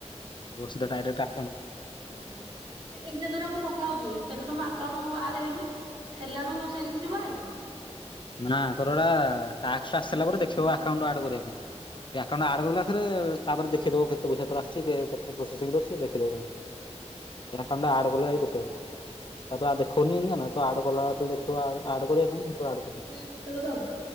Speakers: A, on the left; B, on the right.
A: ତୋର୍ଷ ସିଧା ଡାଇରେଟା
B: ହଁ ଏଇ ଏଇନା ଯୋଉଟା ମୁଁ କଥା ହଉଚି ସେଟା ତମ ଆକାଉଣ୍ଟ ଆଡ ହେଇନି। ହେଲା ଆଡୁ ସେଠିକ ଯିବ ଆରି?
A: ନା ତୋର ଗଟା ଟାସ୍କ ଆସି ସାରଲା ପରେ ଦେଖେଇବ ଆକାଉଣ୍ଟ ଆଡ କରିବା ପାଇଁ, ଆକାଉଣ୍ଟ ଆଡ କରିଲା ପାରେ ତାପରେ ଦେଖିଦବ କେତେ ପଇସା ତର ଆଶିଚି କେତେ ପ୍ରୋସେସିଂରେ ଅଛି ଦେଖିଦବ ସେମ ଏ ଆକାଉଣ୍ଟ ଆଡ କଲେ ଯାଇ ଦେଖେଇବ ତ ଆ ତ ଦେଖଉନି ନିଆନ ଏ ତ ଆଡ କଲା ବେଳକୁ ଦେ ଖେଇବ ଆଡ଼ କରିବା ପାଇଁ ସେତେବେଳ ଆଡ଼ କର୍ଦବୁ।
B: ରେ ମିଳିବ ତ?